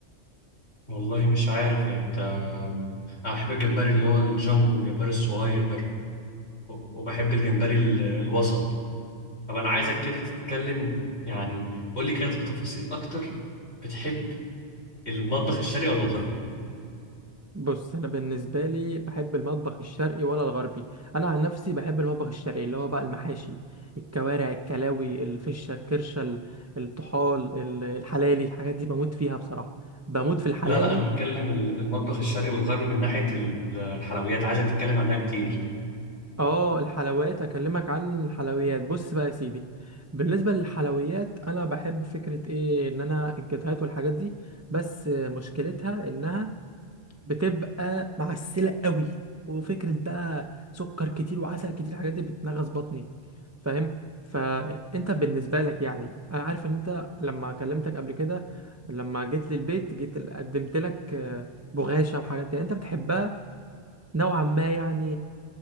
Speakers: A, on the left; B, on the right.
A: والله مش عارف يعني انت انا بحب الجمبري اللي هو الجامبو والجمبري الصغير و- وبحب الجمبري ال- الوسط طب انا عايزك كده تتكلم يعني قول لي كده بتفاصيل اكتر بتحب المطبخ الشرقي ولا الغربي
B: بص انا بالنسبه لي بحب المطبخ الشرقي ولا الغربي انا عن نفسي بحب المطبخ الشرقي اللي هو بقى المحاشي الكوارع الكلاوي الفشه الكرشه ال- الطحال ال- الحلالي الحاجات دي بموت فيها بصراحه بموت في الحلالي
A: لا لا انا بتكلم ال- المطبخ الشرقي والغربي من ناحيه ال- الحلويات عايزك تتكلم عنها كتير
B: اه الحلويات اكلمك عن الحلويات بص بقى يا سيدي بالنسبه للحلويات انا بحب فكره ايه ان انا الجاتوهات والحاجات دي بس مشكلتها انها بتبقى معسله قوي وفكره بقى سكر كتير وعسل كتير الحاجات دي بتنغص بطني فاهم فانت بالنسبه لك يعني انا عارف ان انت لما كلمتك قبل كده لما جيت للبيت جيت قدمت لك آه، بغاشه وحاجات كده انت بتحبها نوعا ما يعني